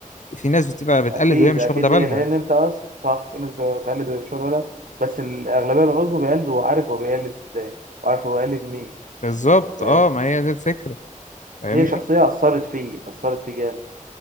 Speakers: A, on the left; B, on the right.
A: في ناس بتبقى بتقلد
B: اكيد
A: وهي مش
B: اكيد
A: واخده
B: ليه
A: بالها
B: لان انت اصلا صح في ناس بتقلد ومش ولا بس الاغلبيه العظمى بيقلد وعارف هو بيقلد ازاي وعارف هو بيقلد مين
A: بالظبط
B: فاهم
A: اه ما هي دي الفكره فاهمني
B: هي شخصيه اثرت فيه اثرت فيه جامد